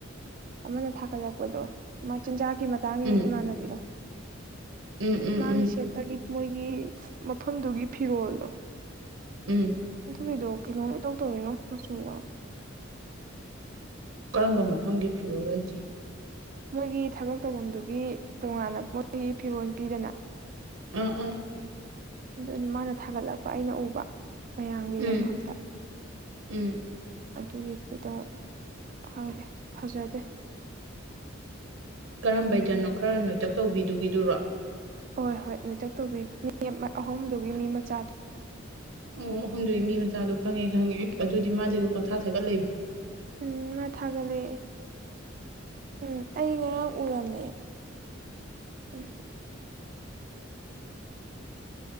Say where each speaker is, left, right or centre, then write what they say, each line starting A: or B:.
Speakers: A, on the right; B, on the right.
A: ꯑꯃꯅ ꯊꯥꯒꯠꯂꯛꯄꯗꯣ ꯃꯥ ꯆꯤꯟꯖꯥꯛꯀꯤ ꯃꯇꯥꯡꯒꯤ
B: ꯎꯝ
A: ꯏꯃꯥꯟꯅꯕꯤꯗꯣ
B: ꯎꯝ ꯎꯝ
A: ꯃꯥꯒꯤ
B: ꯎꯝ
A: ꯁꯦꯠꯇꯒꯤ ꯃꯣꯏꯒꯤ ꯃꯐꯝꯗꯨꯒꯤ ꯐꯤꯔꯣꯜꯗꯣ
B: ꯎꯝ
A: ꯑꯗꯨꯒꯤꯗꯣ ꯀꯩꯅꯣꯝ ꯏꯇꯧ ꯇꯧꯏꯉꯣ ꯃꯆꯨꯒ꯫
B: ꯀꯔꯝꯕ ꯃꯐꯝꯒꯤ ꯐꯤꯔꯣꯜ ꯍꯥꯏꯗꯤ꯫
A: ꯃꯣꯏꯒꯤ ꯊꯕꯛ ꯇꯧꯐꯝꯗꯨꯒꯤ ꯇꯣꯉꯥꯟꯅ ꯃꯣꯏꯒꯤ ꯐꯤꯔꯣꯜ ꯄꯤꯗꯅ꯫
B: ꯑꯥ ꯑꯥ꯫
A: ꯑꯗꯨꯅ ꯃꯥꯅ ꯊꯥꯒꯠꯂꯛꯄ ꯑꯩꯅ ꯎꯕ ꯃꯌꯥꯝꯒꯤ ꯌꯦꯡꯐꯝꯗ꯫
B: ꯎꯝ ꯎꯝ꯫
A: ꯑꯗꯨꯒꯤꯗꯨꯗ ꯈꯪꯗꯦ ꯐꯖꯗꯦ꯫
B: ꯀꯔꯝꯕ ꯩꯖꯅꯣ ꯈꯔ ꯅꯣꯏꯇꯛ ꯇꯧꯕꯤꯗꯨꯒꯤꯗꯨꯔꯣ꯫
A: ꯍꯣꯏ-ꯍꯣꯏ ꯅꯣꯏꯇꯛ ꯇꯧꯕꯤꯗꯨ ꯃꯤ ꯑꯍꯨꯝꯗꯨꯒꯤ ꯃꯤ ꯃꯆꯥꯗꯣ꯫
B: ꯑꯣ ꯑꯍꯨꯝꯗꯨꯒꯤ ꯃꯤ ꯃꯆꯥꯗꯣ ꯈꯪꯉꯦ-ꯈꯪꯉꯦ ꯑꯗꯨꯗꯤ ꯃꯥꯗꯤ ꯑꯗꯨꯝ ꯄꯪꯊꯥ ꯊꯒꯠꯂꯩ꯫
A: ꯎꯝ ꯃꯥ ꯊꯥꯒꯠꯂꯦ ꯎꯝ ꯑꯩ ꯉꯔꯥꯡ ꯎꯔꯝꯃꯦ꯫ ꯑꯗꯨ